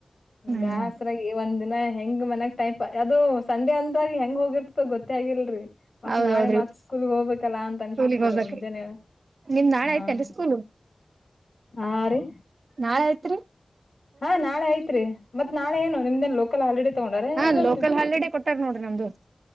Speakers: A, on the right (about 80°); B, on the left (about 60°).
A: ಹ್ಮ್
B: ಬೇಸರಗಿ ಒಂದ ದಿನ ನ ಹೆಂಗ್ ಮನ್ಕ್ ಟೈಮ್ ಅದು ಸಂಡೆ ಅಂದಾಗ ಹೆಂಗ್ ಹೋಗಿರ್ತದ ಗೊತ್ತ ಆಗಿಲ್ರರಿ ಮತ್ತ
A: ಹೌದೌದ್ರಿ
B: ನಾಳೆ ಮತ್ ಸ್ಕೂಲ್ಗ್ ಹೋಗ್ಬೇಕಲ್ಲಾ ಅಂತ ಅನ್ಸ್ಬಿಡ್ತವ್ರ
A: ಸ್ಕೂಲಿಗ್ ಹೋಗ್ಬೇಕ್ರಿ
B: ಮುಂಜಾನ
A: ನಿಮ್ ನಾಳೆ
B: ಹಾ
A: ಐತೆೇನ್ರಿ ಸ್ಕೂಲು
B: ಆ ರೀ
A: ಹಲ ಆತ್ರಿ
B: ಹಾ ನಾಳೆ ಐತ್ರಿ ಮತ್ ನಾಳೆ ಏನು ನಿಮ್ದೇನ್ ಲೋಕಲ್ ಹಾಲಿಡೇ ತಗೊಂಡಾರ
A: ಹಾ
B: ಇಲ್ಲಲ್ರರಿ
A: ಲೋಕಲ್ ಹಾಲಿಡೇ ಕೊಟ್ಟಾರ ನೋಡ್ರಿ ನಮ್ದು